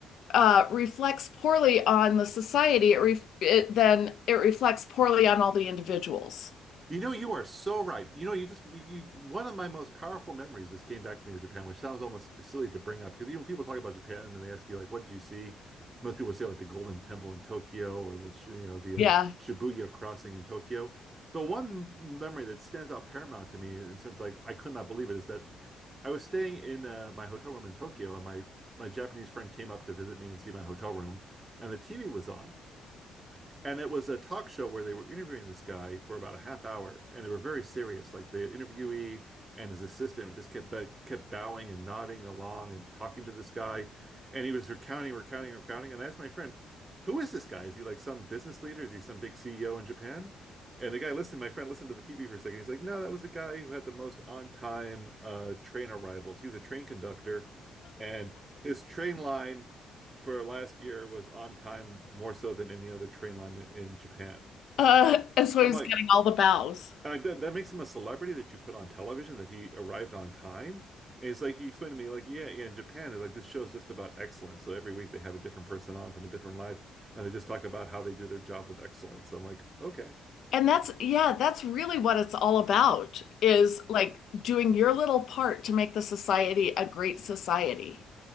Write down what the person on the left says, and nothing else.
uh, reflects poorly on the society, it ref it, then it reflects poorly on all the individuals.
Yeah.
<laughs>
Uh, and so
he was
getting all the bows.
And that's, yeah, that's really what it's all about is like doing your little part to make the society a great society.